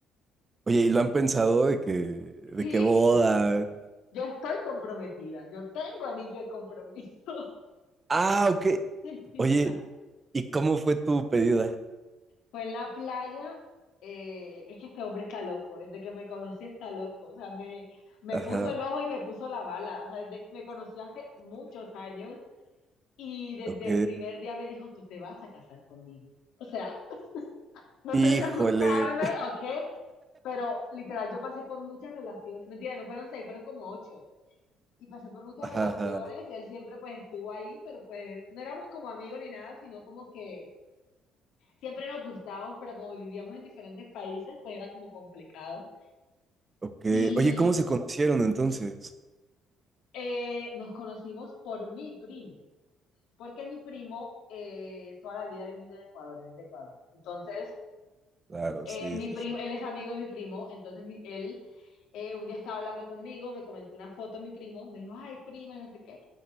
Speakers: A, on the right; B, on the left.
A: Oye, ¿y lo han pensado de que, de
B: Sí,
A: que boda?
B: yo estoy comprometida, yo tengo anillo de compromiso.
A: Ah, ok.
B: <laughs>
A: Oye, ¿y cómo fue tu pedida?
B: Fue en la playa, eh, es que este hombre está loco, desde que me conocí está loco, o sea, me, me
A: Ajá,
B: puso el ojo y me puso la bala, o sea, desde- me conoció hace muchos años Y desde
A: ok.
B: el primer día me dijo, tú te vas a casar conmigo. O sea, <laughs> no
A: Híjole.
B: sé si asustarme o qué, pero literal, yo pasé por muchas relaciones. Mentira, no fueron seis, fueron como ocho. Y pasé por muchas
A: Ajá,
B: relaciones
A: ajá,
B: y él siempre pues estuvo ahí, pero pues no éramos como amigos ni nada, sino como que siempre nos gustábamos, pero como vivíamos en diferentes países, pues era como complicado.
A: ok.
B: Y
A: Oye, ¿cómo se conocieron entonces?
B: eh, nos conocimos por mi primo, porque mi primo eh, toda la vida ha vivido en Ecuador, es de Ecuador. Entonces,
A: Claro,
B: Eh,
A: sí,
B: mi
A: sí,
B: primo,
A: sí.
B: él es amigo de mi primo, entonces mi- él eh, un día estaba hablando conmigo, me comentó una foto de mi primo, me dijo, ay, prima, no sé qué.